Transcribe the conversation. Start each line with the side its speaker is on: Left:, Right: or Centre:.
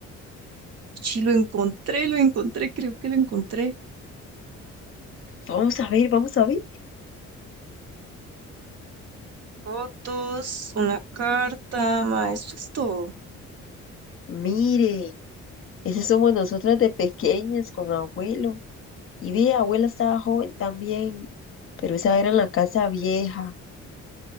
Right: Sí, lo encontré, lo encontré, creo que lo encontré.
Left: Vamos a ver, vamos a ver.
Right: Fotos, una carta, ma, esto es todo.
Left: Mire, esas somos nosotras de pequeñas con abuelo. Y vea, abuela estaba joven también, pero esa era en la casa vieja.